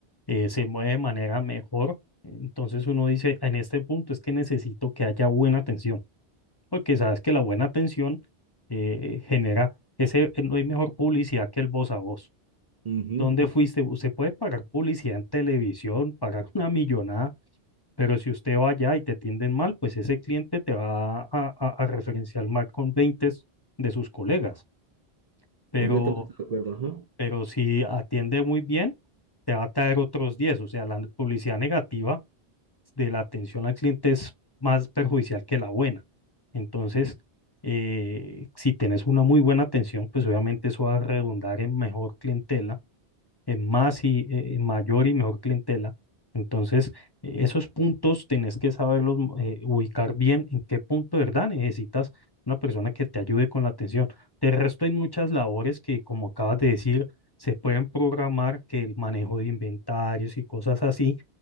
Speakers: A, on the left; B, on the right.
A: eh, se mueve de manera mejor. Entonces uno dice, en este punto es que necesito que haya buena atención, porque sabes que la buena atención eh, genera ese, eh, no hay mejor publicidad que el voz a voz.
B: Ujú,
A: ¿Dónde fuiste? Usted puede pagar publicidad en televisión, pagar una millonada, pero si usted va allá y te atienden mal, pues ese cliente te va a, a, a referenciar mal con 20 de sus colegas. Pero,
B: Completamente de acuerdo, ajá.
A: pero si atiende muy bien, te va a traer otros diez O sea, la publicidad negativa de la atención al cliente es más perjudicial que la buena. Entonces, eh, si tenés una muy buena atención, pues obviamente eso va a redundar en mejor clientela en más y eh, en mayor y mejor clientela. Entonces, eh, esos puntos tenés que saberlos mm, eh, ubicar bien en qué punto de verdad necesitas una persona que te ayude con la atención. De resto, hay muchas labores que, como acabas de decir, se pueden programar que el manejo de inventarios y cosas así,